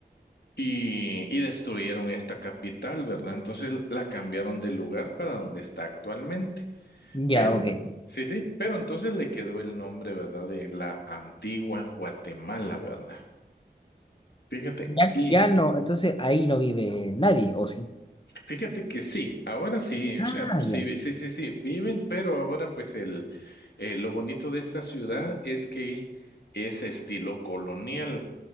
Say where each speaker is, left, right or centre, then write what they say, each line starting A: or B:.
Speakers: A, on the left (about 70°); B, on the left (about 30°).
A: y, y destruyeron esta capital, ¿verdad? Entonces la cambiaron de lugar para donde está actualmente.
B: Ya,
A: Pero,
B: ok.
A: sí, sí, pero entonces le quedó el nombre, ¿verdad? De la antigua Guatemala, ¿verdad? Fíjate.
B: Ya,
A: Y
B: ya no, entonces ahí no vive nadie, ¿o sí?
A: Fíjate que sí, ahora sí, o
B: Ah,
A: sea, sí,
B: ya.
A: sí, sí, sí, viven, pero ahora pues el, eh, lo bonito de esta ciudad es que es estilo colonial,